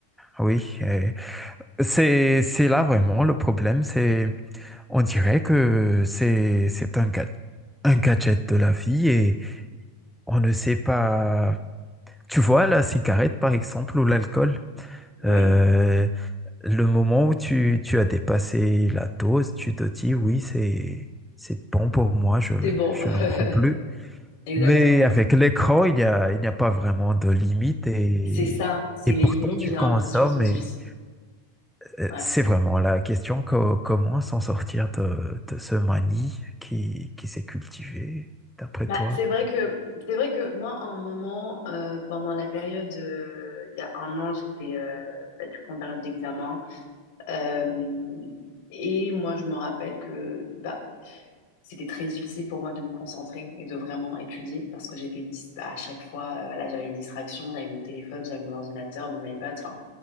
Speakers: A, in the centre; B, on the left.
A: Oui, et c'est, c'est là vraiment le problème, c'est On dirait que c'est c'est un, ga- un gadget de la vie et on ne sait pas. Tu vois, la cigarette, par exemple, ou l'alcool,
B: Oui,
A: euh, le moment où tu, tu as dépassé la dose, tu te dis oui, c'est c'est bon pour moi, je,
B: c'est bon,
A: je
B: <laughs>
A: n'en prends plus.
B: exactement.
A: Mais avec l'écran, il n'y a, il n'y a pas vraiment de limite et,
B: C'est ça, c'est
A: et
B: les
A: pourtant
B: limites,
A: tu
B: j'ai
A: consommes
B: l'impression, sont difficiles.
A: et Euh,
B: Ouais.
A: C'est vraiment la question, co- comment s'en sortir de, de ce manie qui, qui s'est cultivé, d'après
B: Bah,
A: toi?
B: c'est vrai que c'est vrai que moi, à un moment, euh, pendant la période, euh, il y a un an, j'étais euh, bah, du coup en période d'examen. Euh, et moi, je me rappelle que bah, c'était très difficile pour moi de me concentrer et de vraiment étudier parce que j'étais dist- à chaque fois, euh, voilà, j'avais les distractions, j'avais mon téléphone, j'avais mon ordinateur, mon iPad. enfin,